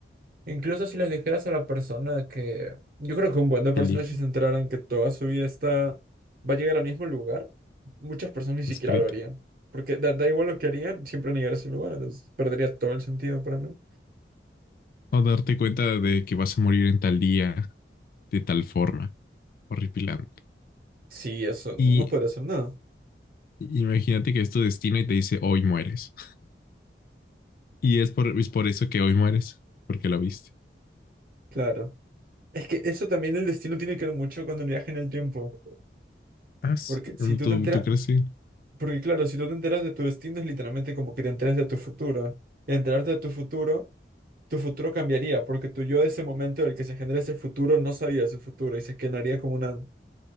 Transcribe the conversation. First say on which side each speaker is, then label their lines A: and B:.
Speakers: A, on the right; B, on the left.
A: Incluso si les dijeras a la persona que... Yo creo que un buen de personas
B: que elija,
A: si se enteraran que toda su vida está... va a llegar al mismo lugar, muchas personas ni siquiera
B: escrita.
A: lo harían. Porque da, da igual lo que harían, siempre van a llegar a ese lugar, entonces perdería todo el sentido para mí.
B: O darte cuenta de que vas a morir en tal día, de tal forma, horripilante.
A: Sí, eso, no,
B: Y
A: no puede hacer nada.
B: imagínate que es tu destino y te dice, hoy mueres. Y es por, es por eso que hoy mueres, porque lo viste.
A: Claro. Es que eso también el destino tiene que ver mucho con el viaje en el tiempo.
B: Ah, sí.
A: Porque si tú
B: ¿Tú,
A: te enteras...
B: tú crees? Sí.
A: Porque claro, si tú te enteras de tu destino es literalmente como que te enteras de tu futuro. Y enterarte de tu futuro Tu futuro cambiaría porque tu yo de ese momento en el que se genera ese futuro no sabía su futuro y se quedaría como una,